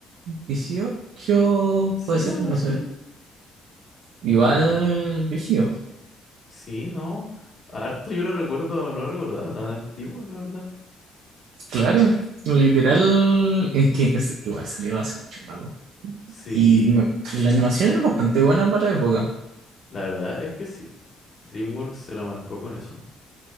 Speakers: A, on the right (about 85°); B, on the left (about 40°).
A: Dieciocho,
B: Sí,
A: puede ser,
B: algo
A: no
B: así.
A: sé. Igual,
B: Y
A: vigío.
B: sí, no. Harto yo lo recuerdo, no lo recordaba tan antiguo, la verdad.
A: Claro, literal, es que es, igual salió hace mucho rato.
B: Sí,
A: Y me- la animación es bastante buena para la época.
B: la verdad es que sí. DreamWorks se la marcó con eso.